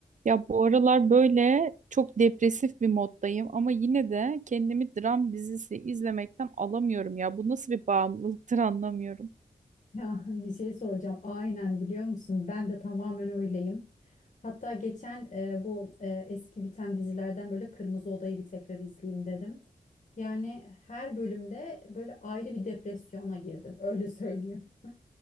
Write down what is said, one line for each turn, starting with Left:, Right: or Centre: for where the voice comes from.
Right: Ya bu aralar böyle çok depresif bir moddayım ama yine de kendimi dram dizisi izlemekten alamıyorum ya. Bu nasıl bir bağımlılıktır anlamıyorum.
Left: Ya bir şey soracağım. Aynen biliyor musun? Ben de tamamen öyleyim. Hatta geçen e, bu e, eski biten dizilerden böyle Kırmızı Oda'yı bir tekrar izleyeyim dedim. Yani her bölümde böyle ayrı bir depresyona girdim. <laughs> Öyle söyleyeyim.